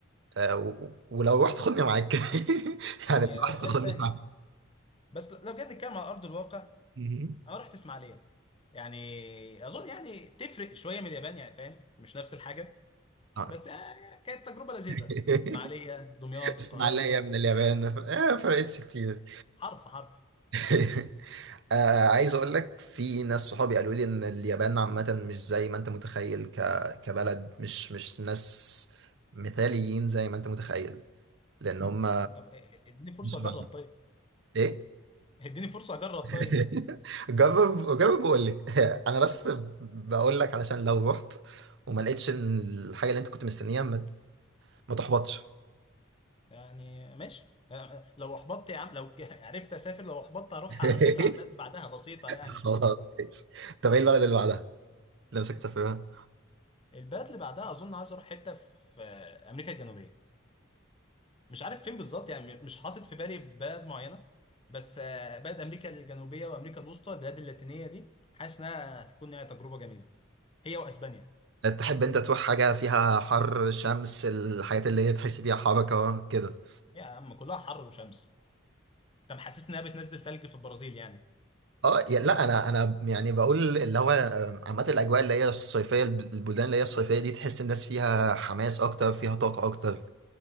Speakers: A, on the right; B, on the left.
A: آه، و- ولو رحت خدني معاك <laughs>
B: يعني
A: يعني لو
B: ربنا
A: رحت خدني
B: يسهل
A: معاك
B: بس لو جيت نتكلم على أرض الواقع
A: مهم.
B: أنا رحت إسماعيلية يعني أظن يعني تفرق شوية من اليابان يعني فاهم مش نفس الحاجة
A: آه.
B: بس آه، كانت تجربة لذيذة
A: <laughs>
B: إسماعيلية دمياط
A: اسمع
B: القاهرة
A: ليا من اليابان ما فرقتش كتير
B: حرف حرف
A: <laughs> آه عايز اقول لك في ناس صحابي قالوا لي ان اليابان عامة مش زي ما انت متخيل ك... كبلد مش مش ناس مثاليين زي ما انت متخيل لان هم
B: طب اديني فرصة
A: مش بعمل.
B: أجرب طيب
A: ايه
B: اديني فرصة أجرب
A: <laughs>
B: طيب
A: جرب جرب وقول لي <laughs> انا بس بقول لك علشان لو رحت وما لقيتش إن الحاجة اللي انت كنت مستنيها ما, ما تحبطش
B: يعني ماشي آه، آه، لو احبطت يا عم لو ج- <laughs> عرفت اسافر لو احبطت اروح
A: <laughs>
B: اسافر على البلد اللي بعدها بسيطه يعني
A: خلاص ماشي. طب ايه البلد اللي بعدها اللي نفسك تسافرها
B: البلد اللي بعدها اظن عايز اروح حته في آه، امريكا الجنوبيه مش عارف فين بالظبط يعني م- مش حاطط في بالي بلد معينه بس آه، بلد امريكا الجنوبيه وامريكا الوسطى البلاد اللاتينيه دي حاسس انها هتكون هي تجربه جميله هي واسبانيا
A: تحب انت تروح حاجة فيها حر شمس الحاجات اللي هي تحس فيها حركة كده
B: يا عم كلها حر وشمس انت محسسني انها بتنزل ثلج في البرازيل يعني
A: اه يا- لا انا انا يعني بقول اللي هو آه، عامة الاجواء اللي هي الصيفية الب- البلدان اللي هي الصيفية دي تحس الناس فيها حماس اكتر فيها طاقة اكتر